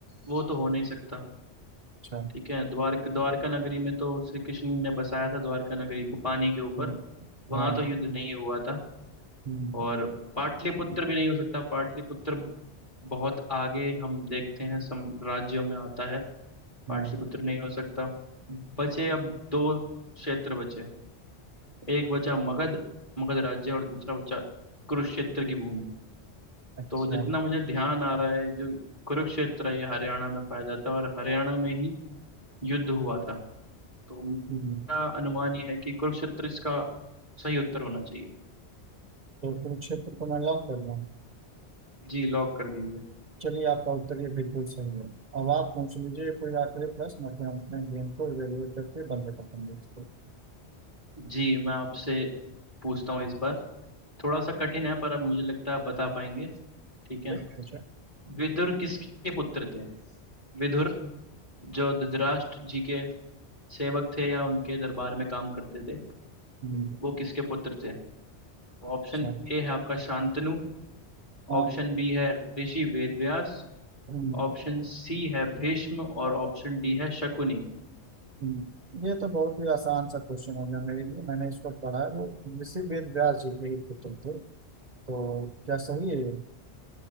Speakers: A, on the left (about 30°); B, on the right (about 45°).
A: वो तो हो नहीं सकता
B: अच्छा
A: ठीक है द्वारक द्वारका नगरी में तो श्री कृष्ण ने बसाया था द्वारका नगरी को पानी के ऊपर
B: हम्म,
A: वहां
B: हाँ
A: तो युद्ध नहीं हुआ था
B: हम्म,
A: और पाटलिपुत्र भी नहीं हो सकता पाटलिपुत्र बहुत आगे हम देखते हैं सम राज्यों में आता है
B: हाँ
A: पाटलिपुत्र नहीं हो सकता बचे अब दो क्षेत्र बचे एक बचा मगध मगध राज्य और दूसरा बचा कुरुक्षेत्र की भूमि
B: अच्छा
A: तो जितना मुझे ध्यान आ रहा है जो कुरुक्षेत्र है, ये हरियाणा में पाया जाता है और हरियाणा में ही युद्ध हुआ था तो मेरा
B: हम्म,
A: अनुमान ये है कि कुरुक्षेत्र इसका सही उत्तर होना चाहिए
B: तो कुरुक्षेत्र को मैं लॉक कर दूँ
A: जी लॉक कर दीजिए
B: चलिए आपका उत्तर ये बिल्कुल सही है अब आप पूछ लीजिए कोई आखिरी प्रश्न अपने अपने गेम को इवेलुएट करके बंद कर देंगे इसको
A: जी मैं आपसे पूछता हूँ इस बार थोड़ा सा कठिन है पर अब मुझे लगता है आप बता पाएंगे ठीक है
B: ठीक है पूछा
A: विदुर किसके पुत्र थे विदुर जो धृतराष्ट्र जी के सेवक थे या उनके दरबार में काम करते थे
B: हम्म,
A: वो किसके पुत्र थे ऑप्शन
B: अच्छा
A: ए है आपका शांतनु
B: हाँ
A: ऑप्शन बी है ऋषि वेदव्यास
B: हम्म,
A: ऑप्शन सी है भीष्म और ऑप्शन डी है शकुनि
B: हम्म। ये तो बहुत ही आसान सा क्वेश्चन हो गया मेरे लिए मैंने इसको पढ़ा है वो ऋषि वेद व्यास जी के ही पुत्र थे तो क्या सही है